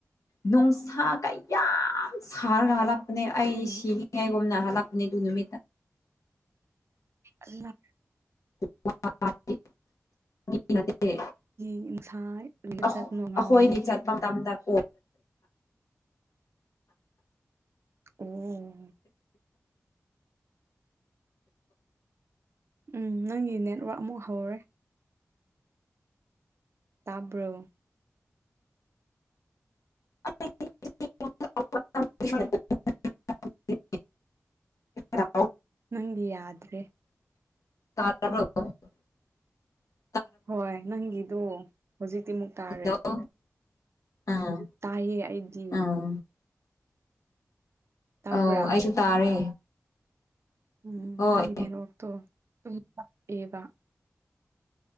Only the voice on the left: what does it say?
ꯅꯨꯡꯁꯥ ꯀꯌꯥꯝ ꯁꯥꯔꯒ ꯍꯥꯜꯂꯛꯄꯅꯦ ꯑꯩ
ꯁꯤ ꯍꯥꯢꯒꯨꯝꯅ ꯍꯥꯥꯜꯂꯛꯄꯅꯦ ꯑꯗꯨꯢ ꯅꯨꯃꯤꯠꯇ
<unintelligible> ꯅꯠꯇꯦ
ꯑꯩꯈꯣꯏꯗꯤ
ꯆꯠꯄ ꯃꯇꯝꯗ ꯀꯣ
<unintelligible> ꯔꯑꯣ
ꯇ
ꯍꯜꯂꯣ ꯑꯥ
ꯑꯥ
ꯑ ꯑꯩꯁꯨ ꯇꯥꯔꯦ
ꯍꯣꯏ